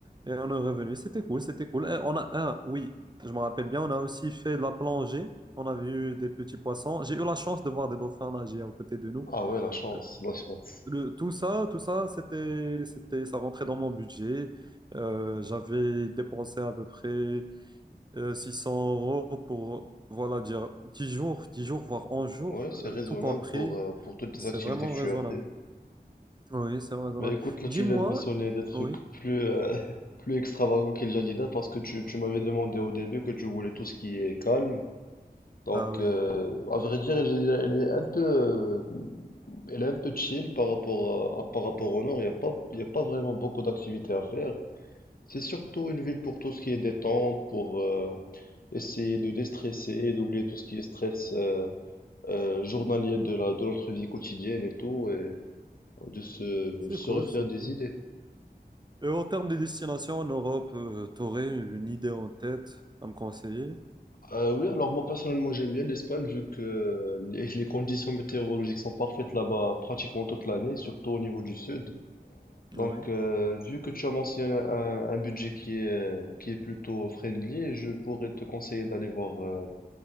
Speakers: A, on the right; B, on the left.
A: et on est revenu. C'était cool, c'était cool. Et on a, ah, oui, je me rappelle bien, on a aussi fait de la plongée, on a vu des petits poissons. J'ai eu la chance de voir des dauphins nager à côté de nous.
B: Ah ouais, la chance,
A: Euh,
B: la chance.
A: le- tout ça, tout ça, c'était, c'était, ça rentrait dans mon budget. Euh, j'avais dépensé à peu près. Euh, 600 euros pour, voilà, dire 10 jours, 10 jours, voire 11 jours,
B: Ouais, c'est
A: euh,
B: raisonnable
A: tout compris,
B: pour euh, pour toutes les
A: c'est
B: activités
A: vraiment
B: que tu
A: raisonnable.
B: as fait.
A: Oui, c'est raisonnable.
B: Bah écoute, là
A: Dis-moi,
B: tu viens de mentionner des trucs
A: oui,
B: plus, euh, <laughs> plus extravagants que le Jadida parce que tu, tu m'avais demandé au début que tu voulais tout ce qui est calme. Donc,
A: ah oui,
B: euh, à vrai dire, le Jadida, elle est un peu, euh, elle est un peu chill par rapport à, à- par rapport au nord. Il n'y a pas, il y a pas vraiment beaucoup d'activités à faire. C'est surtout une ville pour tout ce qui est détente, pour euh, essayer de déstresser, et d'oublier tout ce qui est stress euh, euh, journalier de la, de notre vie quotidienne et tout, et de se,
A: c'est
B: se
A: cool,
B: refaire
A: c'est
B: des
A: cool.
B: idées.
A: Et en termes de destination en Europe, tu aurais une idée en tête à me conseiller?
B: Euh, oui, alors moi personnellement j'aime bien l'Espagne vu que euh, les, les conditions météorologiques sont parfaites là-bas pratiquement toute l'année, surtout au niveau du sud.
A: Mhm. Oui.
B: Donc euh, vu que tu as mentionné un, un budget qui est, euh, qui est plutôt friendly, je pourrais te conseiller d'aller voir euh,